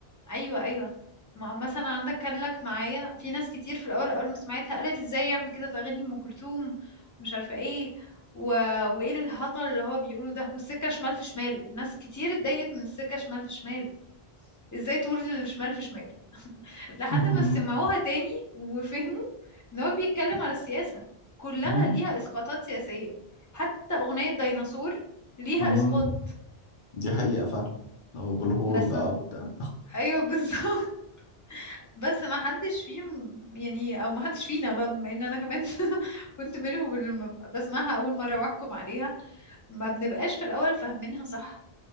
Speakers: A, on the left (about 25°); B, on the left (about 60°).
A: ايوه ايوه ما هو مثلا عندك كان لك معايا في ناس كتير في الاول اول ما سمعتها قالت ازاي يعمل كده في اغاني ام كلثوم مش عارفة ايه و... وايه الهطل اللي هو بيقوله ده والسكة شمال في شمال الناس كتير اتضايقت من السكة شمال في شمال ازاي تقول الشمال في شمال لحد
B: <laughs>
A: ما سمعوها تاني وفهموا ان هو بيتكلم على السياسة كلها
B: مم،
A: ليها اسقاطات سياسية حتى اغنية ديناصور ليها
B: مم.
A: اسقاط
B: دي حقيقة فعلا أو أبو الهول
A: بس
B: بقى وبتاع
A: ايوه بالظبط <laughs> بس ما حدش فيهم يعني او ما حدش فينا بقى بما ان انا كمان <laughs> كنت منهم اللي م- بسمعها اول مرة واحكم عليها ما بنبقاش في الاول فاهمينها صح